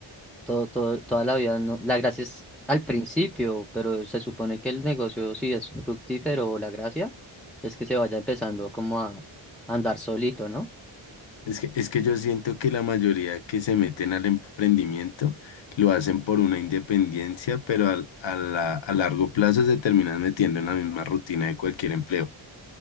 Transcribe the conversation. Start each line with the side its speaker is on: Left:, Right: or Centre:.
Centre: todo, todo, toda la vida, no, la gracia es al principio, pero se supone que el negocio si es fructífero, la gracia es que se vaya empezando como a a andar solito, ¿no?
Left: Es que, es que yo siento que la mayoría que se meten al emprendimiento lo hacen por una independencia, pero al- a, la- a largo plazo se terminan metiendo en la misma rutina de cualquier empleo.